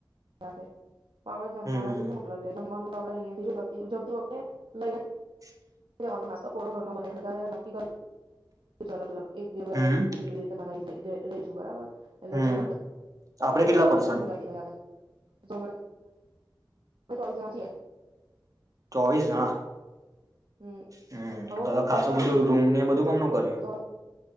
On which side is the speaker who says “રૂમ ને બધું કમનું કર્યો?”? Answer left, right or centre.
Right